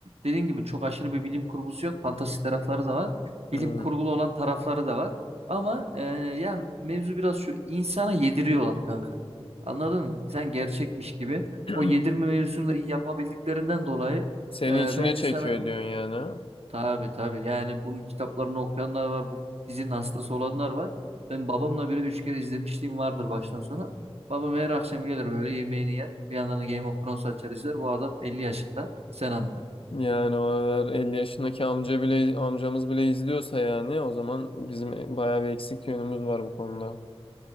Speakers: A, on the right; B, on the left.
A: dediğin gibi çok aşırı bir bilim kurgusu yok. Fantastik tarafları da var.
B: Hmm.
A: Bilim kurgulu olan tarafları da var. Ama e, yani mevzu biraz şu insana yediriyorlar kanka. Anladın mı? Sen gerçekmiş gibi.
B: <clears throat>
A: O yedirme mevzusunu da iyi yapabildiklerinden dolayı
B: Seni
A: e,
B: içine
A: bence
B: çekiyor
A: sana
B: diyorsun yani. ha?
A: Tabii tabii. Yani bunun kitaplarını okuyanlar var. Bu dizinin hastası olanlar var. Ben babamla bile üç kere izlemişliğim vardır baştan sona. Babam her akşam gelir böyle yemeğini yer. Bir yandan da Game of Thrones açar izler. Bu adam elli yaşında. Sen anla.
B: Yani o eğer 50 yaşındaki amca bile amcamız bile izliyorsa yani o zaman bizim e, bayağı bir eksik yönümüz var bu konuda.